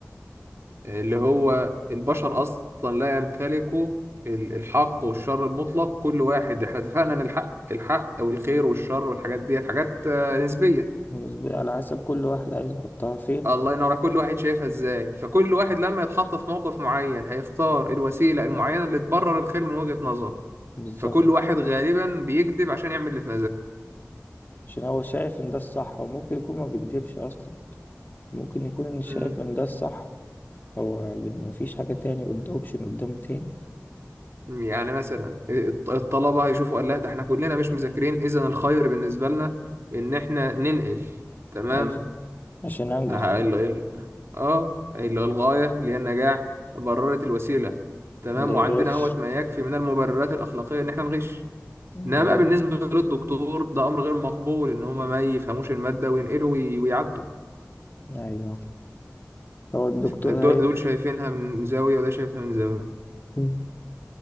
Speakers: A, on the right; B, on the left.
A: اللي هو البشر أصلا لا يمتلكوا ال- الحق والشر المطلق كل واحد احنا اتفقنا ان الحق الحق والخير والشر والحاجات ديت حاجات آه، نسبية
B: بالنسبة على حسب كل واحد عايز يحطها فين
A: الله ينور على كل واحد شايفها ازاي فكل واحد لما يتحط في موقف معين هيختار الوسيلة المعينة اللي تبرر الخير من وجهة نظره
B: بالظبط
A: فكل واحد غالبا بيكذب عشان يعمل اللي في
B: عشان هو شايف ان ده الصح وممكن يكون ما بيكدبش اصلا ممكن يكون إن
A: مزاجه
B: شايف ان ده الصح هو ما فيش حاجة تاني قد اوبشن قدامه تاني
A: يعني مثلا الط- الطلبة هيشوفوا قال لا ده احنا كلنا مش مذاكرين اذا الخير بالنسبة لنا ان احنا ننقل تمام
B: عايز عشان انجح
A: اه ال- ال- آه، ال- الغاية اللي هي النجاح بررت الوسيلة تمام
B: للغش
A: وعندنا اهوت ما يكفي من المبررات الأخلاقية ان احنا نغش
B: بالظبط
A: انما بقى بالنسبة للدكتور ده امر غير مقبول ان هما ما يفهموش المادة وينقلوا وي- ويعدوا
B: أيوه هو الدكتور
A: دول
B: هي...
A: دول شايفينها من زاوية وده شايفها من زاوية
B: مم.